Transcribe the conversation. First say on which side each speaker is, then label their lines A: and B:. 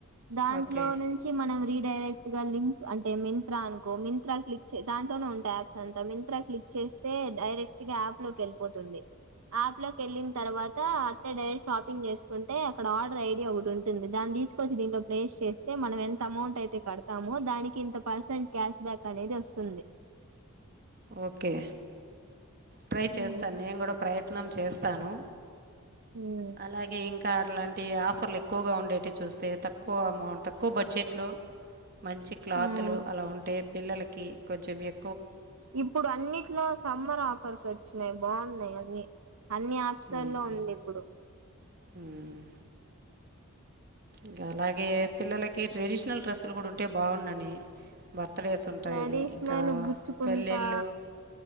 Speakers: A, on the right; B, on the right.
A: దాంట్లో
B: ఓకే
A: నుంచి మనం రీడైరెక్ట్గా లింక్ అంటే మిన్ త్తా అనుకో మింత్రా క్లిక్ చే దాంతోనే ఉంటయి యాప్స్ అంత మింత్రా క్లిక్ చేస్తే డైరెక్ట్ అప్లోకే ళ్ళిపోతుంది. ఆప్లోకెళ్ళిన్ తర్వాత అయితే డైరెక్ట్ షాపింగ్ చేస్కుంటే అక్కడ ఆర్డర్ ఐడి ఒకటుంటుంది. దాన్ తీస్కొచ్చి దీట్లో ప్లేస్ చేస్ తే మనం ఎంత అమౌంట్ అయితే కడ్తామో దానికి ఇంత పర్సెంట్ క్యాష్ బ్యాక్ అనేది వస్తుంది.
B: ఓకే ట్రై చేస్తాన్
A: ఉమ్
B: నేన్ కూడా ప్రయత్నం చేస్తాను.
A: ఉమ్,
B: అలాగే ఇం కా అలాంటి ఆఫర్ల్ ఎక్కువగా ఉండేటి చూస్తే తక్కువ అమౌంట్ తక్కువ బడ్జెట్లో మంచి క్లాత్లు
A: ఉమ్.
B: అలా ఉంటే పిల్లలకి కొంచెం ఎ
A: ఇప్పుడు అన్నిట్లో సమ్మర్ ఆఫర్స్ వచ్చినయి బాగున్నయి అన్నీ అన్ని అప్స్లల్లో
B: ఉమ్,
A: ఉంది ఇప్పుడు.
B: ఉమ్. ఇంకా అలాగే పిల్లలకి ట్రెడిషనల్ డ్రెస్సులు గుడా ఉంటే బాగుండని త్తలేస్ ఉంటాయి.
A: ట్రెడిషనల్
B: ఇంకా
A: గుచ్చుకుంటా
B: పెళ్ళిళ్ళు